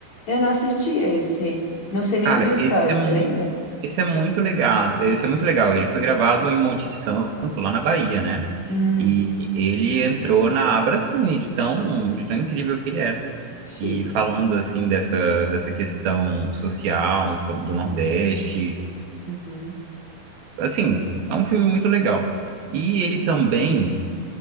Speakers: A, on the left; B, on the right.
A: Eu não assisti a esse. Não sei nem
B: Cara,
A: do que é a história,
B: esse é muito,
A: você lembra?
B: esse é muito legal. Esse é muito legal. Ele foi gravado em Monte Santo, lá na Bahia, né?
A: Hum,
B: E ele entrou na Abracine, de tão, de tão incrível que ele é.
A: chique.
B: E falando assim dessa, dessa questão social e fal- do Nordeste,
A: Uhum.
B: assim, é um filme muito legal. E ele também